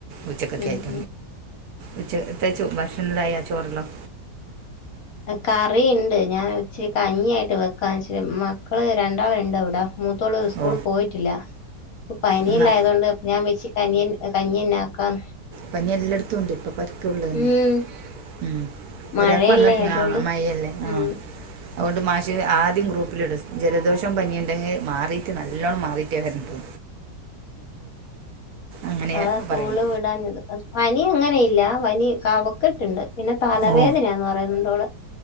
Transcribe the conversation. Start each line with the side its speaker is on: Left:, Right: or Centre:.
Right: ഉച്ചക്കത്തി
Left: ഉം
Right: ആയിട്ട
Left: ഉം
Right: ഉച്ചക്കത്തെ ചോറ് ഭക്ഷണ എല്ലാം ആയോ ചോറ് എല്ലോം
Left: കറിണ്ട് ഞാൻ ഇച്ചിരി കഞ്ഞിയായിട്ട് വെക്കാച്ചരി മക്കള് രണ്ടാള ഉണ്ട് ഇവിട മൂത്തോള സ്കൂൾ
Right: ഓ
Left: പോയിട്ടില്ല പ്പ പനിയെല്ലായതുകൊണ്ട്
Right: ഒന്നാ
Left: ഞാൻ വെച്ച കനിയൻ കഞ്ഞിന്നാക്കാം
Right: പനി എല്ലായിടത്തുംണ്ട് ഇപ്പൊ പരക്കള്ളതന്ന്
Left: ഉം
Right: ഉം
Left: മഴയല്ലേ
Right: ഒരാൾക്ക് വന്ന
Left: അതുകൊണ്ട്
Right: ആ മഴയല്ലേ
Left: ഉം
Right: ആഹ അതുകൊണ്ട് മാഷി ആദ്യം ഗ്രൂപ്പിലിടും ജലദോഷം പനിയ ഉണ്ടെങ്കിൽ മാറിയിട്ട് നല്ലോണ്ണം മാറിയിട്ടേ വരുന്നു അങ്ങനെ
Left: അതാ സ്കൂള്
Right: പറയും
Left: വിടാഞ്ഞത് പനി അങ്ങനെയില്ല വനി കവക്കെട്ടുണ്ട് പിന്നെ തലവേദനയാന്ന്
Right: ഓ
Left: പറയുന്നുണ്ടോള്